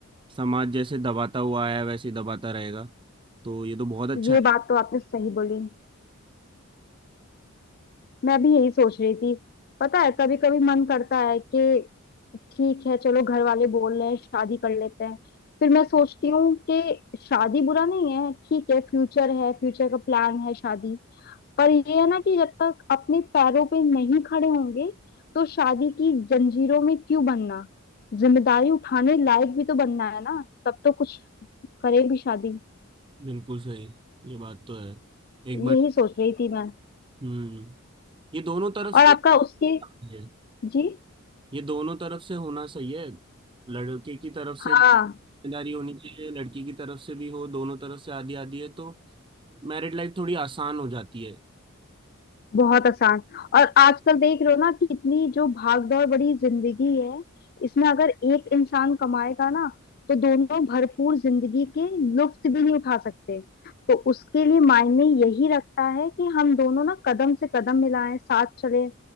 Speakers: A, on the right; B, on the left.
A: समाज जैसे दबाता हुआ आया है, वैसे ही दबाता रहेगा तो ये तो बहुत अच्छा
B: ये
A: है
B: बात तो आपने सही बोली मैं भी यही सोच रही थी पता है कभी कभी मन करता है कि ठीक है चलो घर वाले बोल रहे हैं शादी कर लेते हैं फिर मैं सोचती हूँ कि शादी बुरा नहीं है ठीक है फ्यूचर है फ्यूचर का प्लान है शादी पर ये है ना कि जब तक अपने पैरों पे नहीं खड़े होंगे तो शादी की जंजीरों में क्यों बनना जिम्मेदारी उठाने लायक भी तो बनना है ना तब तो कुछ करे भी शादी
A: बिल्कुल सही ये बात तो है एक बार
B: यही सोच रही थी मैं
A: हम्म ये दोनों तरफ
B: और
A: से
B: आपका उसके
A: काफी है
B: जी
A: ये दोनों तरफ से होना सही है लड़के की तरफ से
B: हाँ
A: भी जिम्मेदारी होनी चाहिए लड़की की तरफ से भी हो दोनों तरफ से आधी आधी है तो मैरिड लाइफ थोड़ी आसान हो जाती है
B: बहुत आसान और आजकल देख रहे हो ना कितनी जो भाग दौड़ बड़ी जिंदगी है इसमें अगर एक इंसान कमाएगा ना तो दोनों भरपूर जिंदगी के लुत्फ भी नहीं उठा सकते तो उसके लिए मायने यही रखता है कि हम दोनों ना कदम से कदम मिलाएं साथ चलें